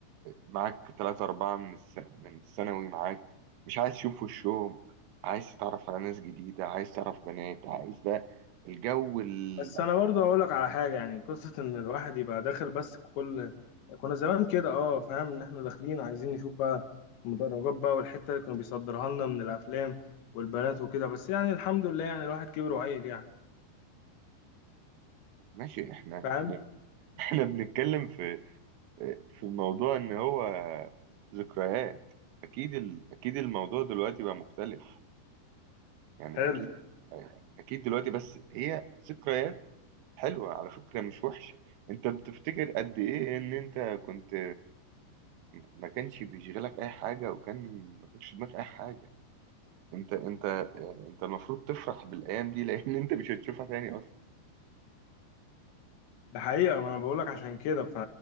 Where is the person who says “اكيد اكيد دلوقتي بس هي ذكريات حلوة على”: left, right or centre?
Right